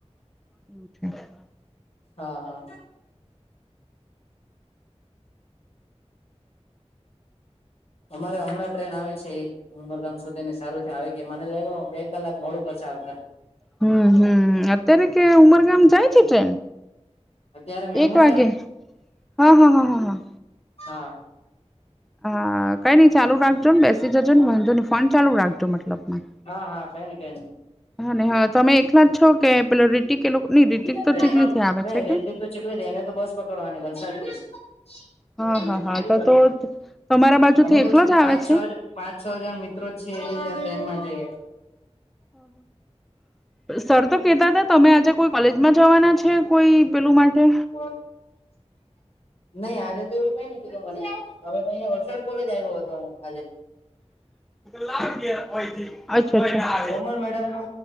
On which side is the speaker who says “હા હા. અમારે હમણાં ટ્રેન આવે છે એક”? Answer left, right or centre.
Left